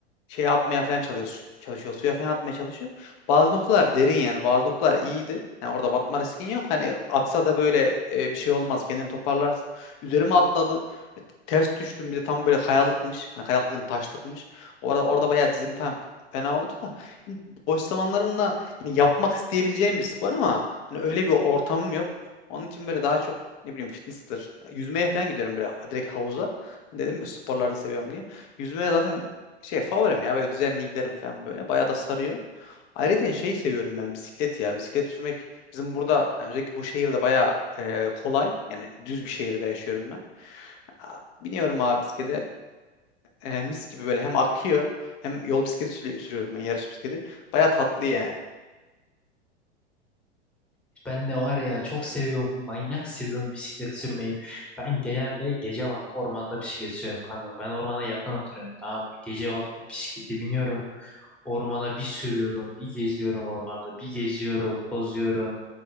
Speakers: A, on the left; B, in the centre.
A: şeye atmaya falan çalışıyor, çalışıyor. Suya falan atmaya çalışıyor. Bazı noktalar derin yani. Bazı noktalar iyiydi. Yani orada batma riskin yok. Hani atsa da böyle e, bir şey olmaz. Kendini toparlarsın. Üzerime atladı. Ters düştüm bir de tam böyle kayalıkmış. Yani kayalık dedim taşlıkmış. Orada, orada bayağı dizim falan fena oldu da. Yani boş zamanlarımda hani yapmak isteyebileceğim bir spor ama hani öyle bir ortamım yok. Onun için böyle daha çok ne bileyim fitness'tır. Yüzmeye falan gidiyorum böyle direkt havuza. Hani dedim ya sporlarını seviyorum diye. Yüzmeye zaten şey favorim ya böyle düzenli giderim falan böyle. Bayağı da sarıyor. Ayrıca hani şeyi seviyorum ben bisiklet ya. Bisiklet sürmek bizim burada yani özellikle bu şehirde bayağı e, kolay. Yani düz bir şehirde yaşıyorum ben. Aa, Biniyorum abi bisiklete e, mis gibi böyle hem akıyor hem yol bisikleti sürü- sürüyorum ben yarış bisikleti. Baya tatlı yani.
B: Ben de var ya çok seviyorum, manyak seviyorum bisiklet sürmeyi. Ben genelde gece vakti ormanda bisiklet sürüyorum kanka. Ben ormana yakın oturuyorum tamam mı? Gece vakti bisiklete biniyorum. Ormana bir sürüyorum, bir geziyorum ormanda, bir geziyorum, pozuyorum.